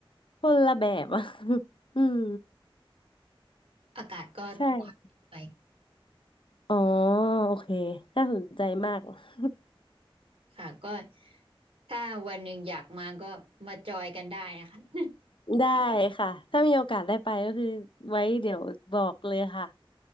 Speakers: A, on the left; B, on the right.
A: คนละแบบอะ <laughs> อืม
B: อากาศก็ต่างกันด้วย
A: ใช่ อ๋อ โอเคน่าสนใจมาก <laughs>
B: ค่ะก็ถ้าวันหนึ่งอยากมาก็มาจอยกันได้นะคะ <laughs>
A: ได้ค่ะ ถ้ามีโอกาสได้ไปก็คือไว้เดี๋ยวบอกเลยค่ะ